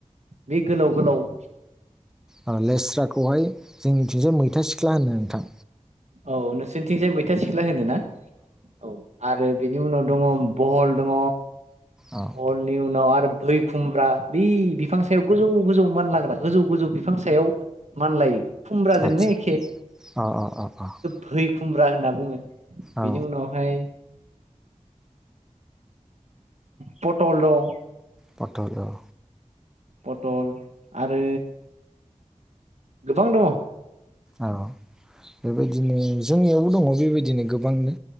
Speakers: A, on the right; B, in the centre.
A: बे गोलाव गोलाव
B: ओ लेस्राखौहाय जोंनिथिंजाय मैथा सिख्ला होनो नोंथां
A: औ नोंसोरनिथिंजाय मैथा सिख्ला होनो ना औ आरो बेनि उनाव दङ बहल दङ
B: औ
A: बहलनि उनाव आरो फै खुमब्रा बै बिफां सायाव गोजौ गोजौ मानलाग्रा गोजौ गोजौ बिफां सायाव मानलायो खुमब्राजोंनो
B: आदसा
A: एखे
B: अ अ अ अ
A: फै खुमब्रा होनना बुङो
B: औ
A: बेनि उनावहाय पटल दं
B: फथल दं
A: पटल आरो गोबां दङ
B: औ बेबायदिनो जोंनियावबो दङ बेबायदिनो गोबांनो